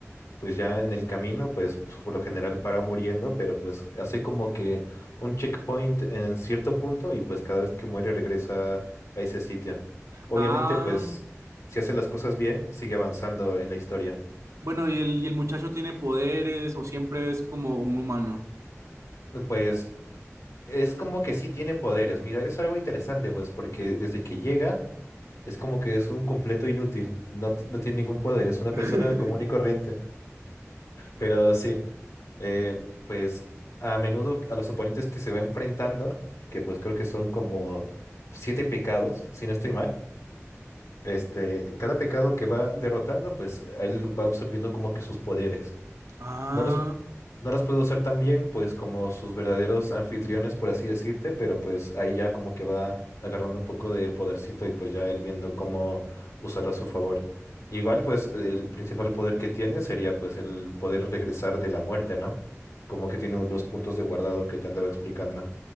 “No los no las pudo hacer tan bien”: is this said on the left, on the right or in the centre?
Left